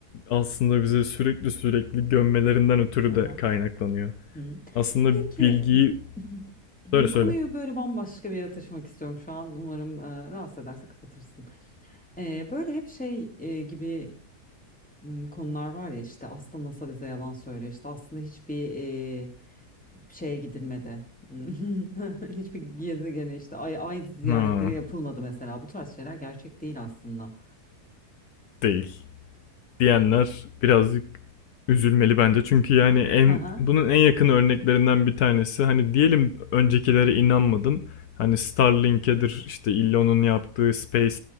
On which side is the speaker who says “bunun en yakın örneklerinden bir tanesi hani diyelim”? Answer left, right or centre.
Left